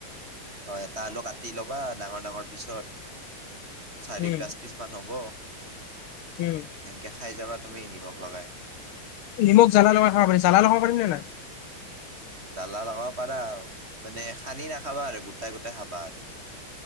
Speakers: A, on the right (about 30°); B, on the left (about 85°).
A: অ এটা আলু কাটি লবা ডাঙৰ ডাঙৰ পিছত চাৰি
B: উম
A: পাঁচ পিচ মান হব
B: উম
A: সেনকে খাই যাবা তুমি নিমখ লগাই
B: নিমখ জালা লগ খাব পাৰি জাল লগাব পাৰি নে নাই
A: ব্জালা লগাব পাৰা মানে সানি নাখাবা আৰু গোটাই গোটাই খাবা আৰু